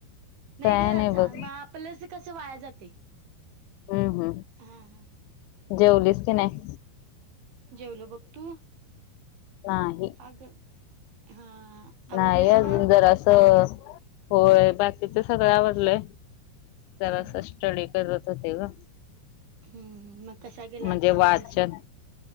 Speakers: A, on the right; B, on the left.
A: नाही
B: काय
A: ग चा
B: बघ
A: म आपलच कस वाया जातय.
B: हम्म हम्म
A: हा हा
B: जेवलीस की नाय.
A: जेवलो बघ तू
B: नाही
A: का ग हा आवरलं
B: नाय
A: सगळं
B: अजून जरासं होय बाकीच सगळं आवरलंय.
A: हम्म
B: जरासा स्टडी करत होते ग
A: हम्म हम्म मग कसा गेला
B: म्हणजे
A: आजचा दिवस
B: वाचन